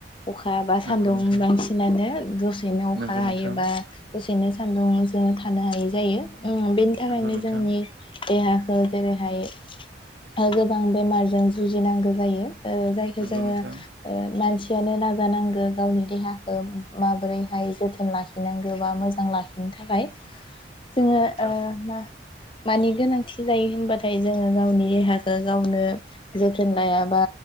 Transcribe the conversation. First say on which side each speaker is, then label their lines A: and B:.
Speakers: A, on the left; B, on the right.
A: अखा बा
B: नंगौ
A: सान्दुं
B: नोंथां
A: बांसिनानो दसेनो अखा
B: नंगौ नोंथां
A: हायो बा दसेनो सान्दुं जोङो थानो हायै जायो ओ बेनि थाखायनो
B: नंगौ नोंथां
A: जोंनि देहाखौ जेरैहाय ओ गोबां बेमारजों जुजिनांगौ जायो ओ जायखौ
B: नंगौ
A: जोङो
B: नोंथां
A: ओ मानसियानो नाजानांगो गावनि देहाखौ माबोरैहाय जोथोन लाखि लाखिनांगौ बा मोजां लाखिनो थाखाय ओ
B: नंगौ
A: जोङो
B: नोंथां
A: मा मानि गोनांथि जायो होनबाथाय जोङो गावनि देहाखौ गावनो जोथोन लायाबा